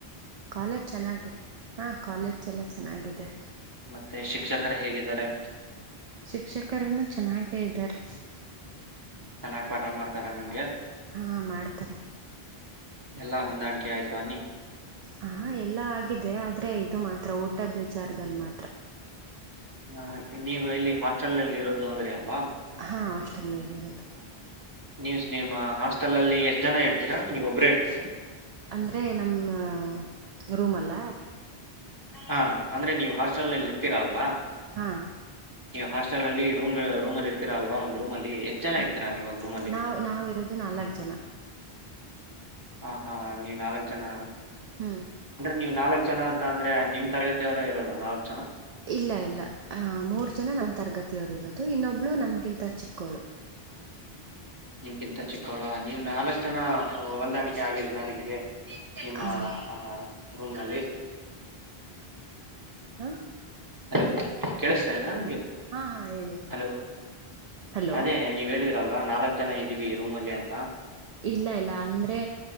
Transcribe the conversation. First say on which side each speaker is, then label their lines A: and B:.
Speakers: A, on the right; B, on the right.
A: ಕಾಲೇಜ್ ಚೆನ್ನಾಗಿದೆ ಹಾಂ ಕಾಲೇಜಎಲ್ಲ ಚೆನ್ನಾಗಿದೆ
B: ಮತ್ತೆ ಶಿಕ್ಷಕರು ಹೇಗಿದ್ದಾರೆ
A: ಶಿಕ್ಷಕರನ್ನು ಚೆನ್ನಾಗೇ ಇದ್ದಾರೆ
B: ಚೆನ್ನಾಗ ಪಾಠ ಮಾಡ್ತಾರ ನಿಂಗೆ
A: ಹಾ ಮಾಡ್ತಾರೆ
B: ಎಲ್ಲಾ ಹೊಂದಾಣಿಕೆ ಆಯ್ತು ಆನಿ
A: ಹ ಎಲ್ಲ ಆಗಿದೆ ಆದ್ರೆ ಇದು ಮಾತ್ರ ಊಟದ್ ವಿಚಾರದಲ್ಲಿ ಮಾತ್ರ
B: ಹ ನೀವು ಎಲ್ಲಿ ಹಾಸ್ಟೆಲ್ ಅಲ್ಲಿ ಇರೋದು ಅಂದ್ರಿ ಅಲ್ವಾ
A: ಹಾ ಹಾಸ್ಟೆಲ್ ಅಲ್ಲಿ ಇರೋದು
B: ನ್ಯೂಸ್ ನೇಮಾ ಹಾಸ್ಟೆಲ್ಲ್ಲಿ ಎಷ್ಟ ಜನ ಇತಾರೆ <unintelligible> ನೀವು ಒಬ್ಬರೇ ಇರ್ತೀರಾ
A: ಅಂದರೆ ನಮ್ಮ ರೂಮಲ್ಲ
B: ಹಾ ಅಂದ್ರೆ ನೀವು ಹಾಸ್ಟೆಲ್ ನಲ್ಲಿ ಇರ್ತೀರಾ ಅಲ್ವಾ
A: ಹಾ
B: ಹಾಸ್ಟೆಲ್ ಅಲ್ಲಿ ರೂಮ ರೂಮ ಅಲ್ಲಿ ಇರ್ತೀರ ಅಲ್ವಾ ಅಲ್ಲಿ ಎಷ್ಟ್ ಜನ
A: ಹಾ
B: ಇರ್ತೀರಾ ನೀವು ಒಂದ್ ರೂಮ್ ಅಲ್ಲಿ
A: ನಾವ್ ನಾವಿರೋದು ನಾಲ್ಕ ಜನಾ
B: ಹ ಹಾ ನೀವ್ ನಾಲ್ಕ ಜನಾ
A: ಹ್ಮ್
B: ನೀವ್ ನಾಲ್ಕ್ ಜನಾ ಅಂತ ಅಂದ್ರೆ ನಿಮ್ಮ್ ತರಗತಿಯವರೇ ಇರೋದಾ ನಾಲ್ಕ್ ಜನಾ
A: ಇಲ್ಲ ಇಲ್ಲ ಆ ಮೂರು ಜನ ನಮ್ಮ ತರಗತಿಯವರು ಇರೋದು ಇನ್ನೊಬ್ಳು ನಮ್ಗಿಂತ ಚಿಕ್ಕೋಳು
B: ನಿಮ್ಗಿಂತ ಚಿಕ್ಕೋಳ ನೀವ್ ನಾಲ್ಕ್ ಜನ ಹೊಂದಾಣಿಕೆ ಆಗಿದಾರಾ ನಿನಗೆ ನಿಮ್ಮಾ
A: ಹಾ
B: ಆ <unintelligible>
A: ಹ
B: ಹಲೋ <unintelligible> ಕೇಳಿಸತೆನಾ ನಿಮ್ಮಗೆ
A: ಹಾ ಹಾ ಹೇಳಿ
B: ಹಲೋ
A: ಹಲೋ
B: ಅದೇ ನೀವ ಹೇಳಿರೋ ಅಲ್ವಾ ನಾಲ್ಕಕ್ ಜನ ಇದೀವಿ ರೂಮ್ ಅಲ್ಲಿ ಅಂತ
A: ಇಲ್ಲ ಇಲ್ಲ ಅಂದ್ರೆ